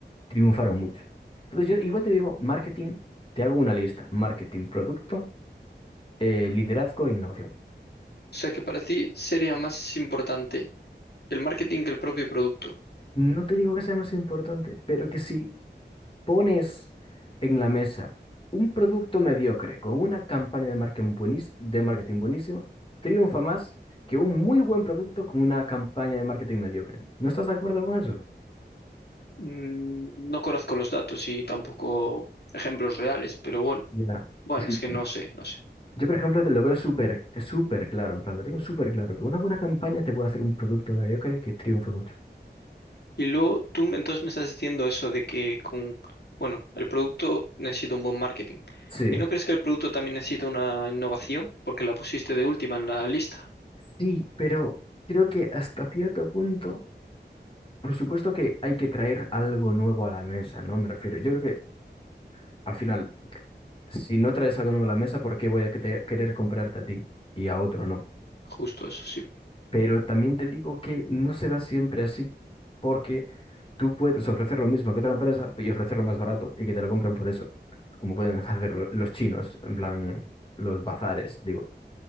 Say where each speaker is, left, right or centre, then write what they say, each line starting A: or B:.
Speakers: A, on the left (about 30°); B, on the left (about 65°).
A: triunfaron mucho. Entonces yo igual te digo, marketing, te hago una lista, marketing, producto, eh, liderazgo e innovación.
B: O sea que para ti sería más importante el marketing que el propio producto.
A: No te digo que sea más importante, pero que sí Pones en la mesa un producto mediocre con una campaña de marketing buenis- de marketing buenísima, triunfa más que un muy buen producto con una campaña de marketing mediocre. ¿No estás de acuerdo con eso?
B: Mm, No conozco los datos y tampoco ejemplos reales, pero bueno,
A: Ya.
B: bueno,
A: Es que
B: es que no sé, no sé.
A: yo, por ejemplo, te lo veo súper, súper claro, en plan, lo tengo súper claro, que una buena campaña te puede hacer un producto mediocre que triunfe mucho.
B: Y luego tú me- entonces me estás diciendo eso de que con, bueno, el producto necesita un buen marketing.
A: Sí,
B: ¿Y no crees que el producto también necesita una innovación? Porque la pusiste de última en la lista.
A: sí, pero creo que hasta cierto punto, por supuesto que hay que traer algo nuevo a la mesa, ¿no? Me refiero, yo creo que... Al final, si no traes algo nuevo a la mesa, ¿por qué voy a que te- querer comprarte a ti y a otro no?
B: Justo eso, sí.
A: Pero también te digo que no se da siempre así, porque tú puedes ofrecer lo mismo que otra empresa y ofrecerlo más barato y que te lo compren por eso, como pueden <laughs> hacer lo- los chinos, en plan los bazares, digo.